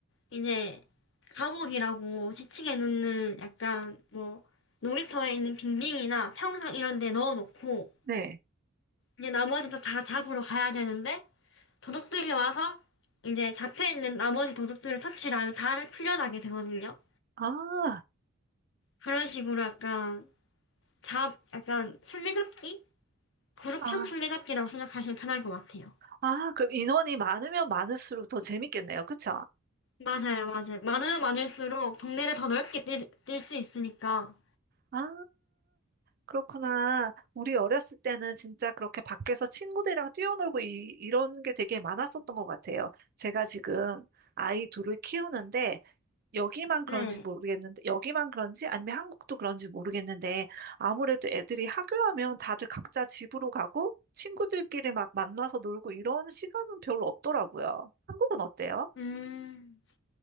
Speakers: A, on the left; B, on the right.
A: 이제 감옥이라고 지치게 놓는 약간 뭐 놀이터에 있는 빙빙이나 평상 이런 데 넣어놓고
B: 네.
A: 이제 나머지도 다 잡으러 가야 되는데 도둑들이 와서 이제 잡혀 있는 나머지 도둑들을 터치를 하면 다들 풀려나게 되거든요.
B: 아,
A: 그런 식으로 약간 잡, 약간 술래잡기? 그룹형
B: 아,
A: 술래잡기라고 생각하시면 편할 것 같아요.
B: 아, 그럼 인원이 많으면 많을수록 더 재밌겠네요. 그쵸?
A: 맞아요, 맞아요. 많으면 많을수록 동네를 더 넓게 뛸 수 있으니까.
B: 아, 그렇구나. 우리 어렸을 때는 진짜 그렇게 밖에서 친구들이랑 뛰어놀고 이, 이런 게 되게 많았었던 것 같아요. 제가 지금 아이 둘을 키우는데 여기만
A: 네.
B: 그런지 모르겠는데, 여기만 그런지 아니면 한국도 그런지 모르겠는데, 아무래도 애들이 하교하면 다들 각자 집으로 가고 친구들끼리 막 만나서 놀고 이런 시간은 별로 없더라고요. 한국은 어때요?
A: 음,